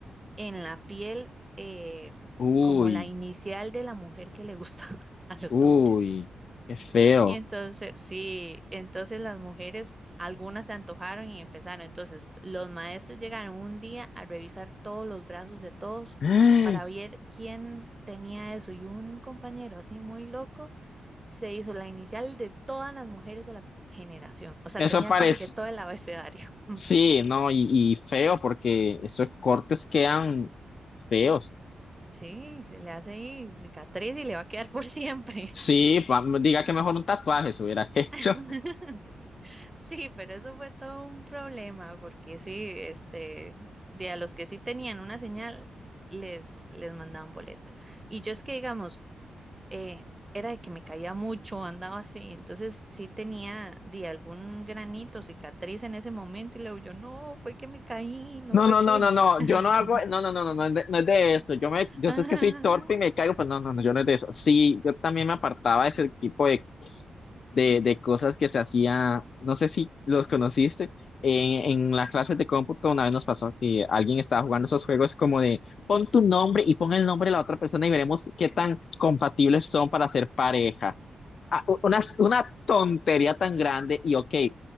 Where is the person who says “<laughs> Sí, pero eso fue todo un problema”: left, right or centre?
Right